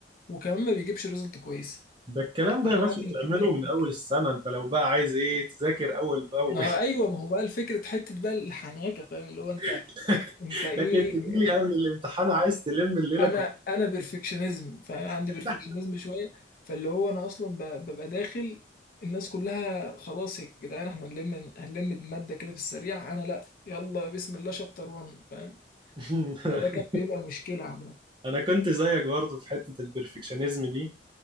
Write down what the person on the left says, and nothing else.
وكمان ما بيجيبش ريزلت كويسة
فكان
عندي
مشكلة في
الحتة
دي
ما هو ايوه ما هو بقى الفكرة حتة بقى الحنيكة فاهم اللي هو انت
انت ايه
آه،
انا انا بيرفكشنزم فعندي
بيرفكشنزم شويه فاللي هو انا اصلا ب- ببقى داخل الناس كلها خلاص يا جدعان احنا هنلم هنلم الماده كده في السريع انا لا يلا بسم الله شابتر 1 فاهم
فده كان بيبقى مشكله عامه